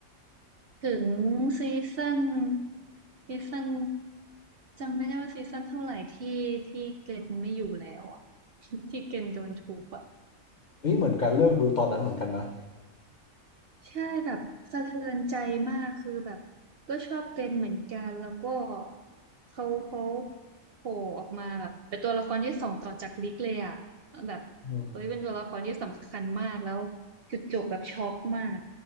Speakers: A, on the right (about 55°); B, on the left (about 40°).
A: ถึงซีซั่นซีซั่น จำไม่ได้ว่าซีซั่นเท่าไหร่ที่ที่เกรนไม่อยู่แล้วอะ <laughs> ที่เกรนโดนทุบอะ
B: เฮ้ยเหมือนกันเลิกดูตอนนั้นเหมือนกันนะ
A: ใช่แบบสะเทือนใจมากคือแบบก็ชอบเกรนเหมือนกันแล้วก็เขาเขาโผล่ออกมาแบบเป็นตัวละครที่สองต่อจากลิกเลยอะแบบเอ้ยเป็นตัวละครที่สำคัญมากแล้ว
B: อืม
A: จุดจบแบบช็อกมาก